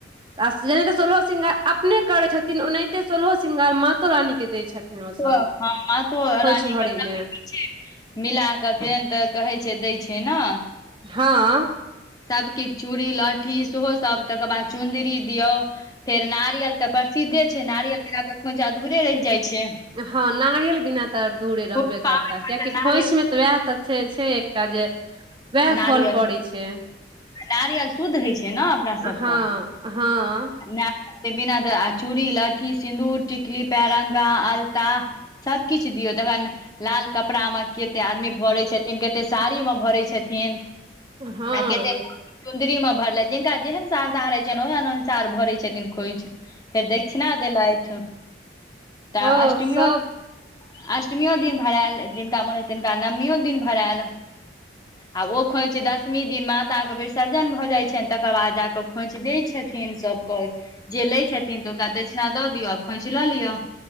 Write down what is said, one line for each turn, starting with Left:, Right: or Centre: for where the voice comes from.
Right: आ जेनाहिते सोलहो श्रृंगार अपने करैत छथिन ओनाहिते सोलहो श्रृंगार मातो रानीके दैत छथिन छथिन ओसभ
Left: तो हँ मातो रानी
Right: खोइछ भरे
Left: के सब
Right: मे
Left: कीछे मिला कऽ केहन तऽ कहै छै दै छै न
Right: हँ
Left: सब कीछ चूड़ी लहठी सेहो सब तकर बाद चुन्दरी दियौ फेर नारियल तऽ प्रसिद्धे छै नारियल बीना तऽ खोंइछ अधूरे रहि जाइ छै
Right: हँ नारियल बिना तऽ अधूरे रहबे
Left: ओ पाबनिमे
Right: करता कियाकि
Left: तऽ नारियल
Right: खोंइछ मे तऽ वएह त छै छै एकटा जे वएह
Left: नारियल
Right: फल पड़ै छै
Left: नारियल शुद्ध होइ छै न अपना
Right: हँ
Left: सभक
Right: हँ
Left: ना बिना दऽ आ चूड़ी लहठी सिन्दूर टिकली पैररंगा अलता सबकिछ दियौ दखन लाल कपड़ा मे केते आदमी भरै छथिन केते साड़ी मे भरै छथिन
Right: हँ
Left: आ केते चुन्दरी मे भरलथि जिनका जेहन श्रधा रहै छनि ओहन अनुसार भरै छथिन खोइछ फेर दक्षिणा देलथि तऽ
Right: हँ
Left: अष्टमीयो
Right: सब
Left: अष्टमियो दिन भरायल जिनका मोन हएतै तिनका नओमियो दिन भरायल आ ओ खोंइछ दसमी दिन मादा के विसर्जन भए जाय छनि तकर बाद जाके खोंइछ देय छथिन सबक जे लै छथिन तऽ हुनका दक्षिणा दऽ दियऔन आ खोइछ लऽ लिअ